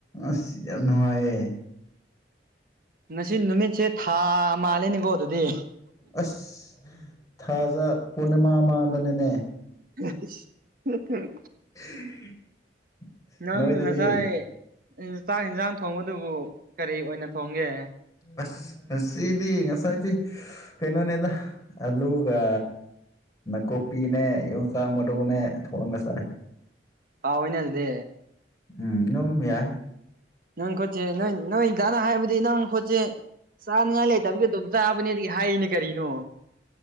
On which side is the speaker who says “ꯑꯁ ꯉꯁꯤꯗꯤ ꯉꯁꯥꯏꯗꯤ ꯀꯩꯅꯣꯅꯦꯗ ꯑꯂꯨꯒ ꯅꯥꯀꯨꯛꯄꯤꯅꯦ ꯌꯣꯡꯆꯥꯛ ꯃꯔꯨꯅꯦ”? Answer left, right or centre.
Left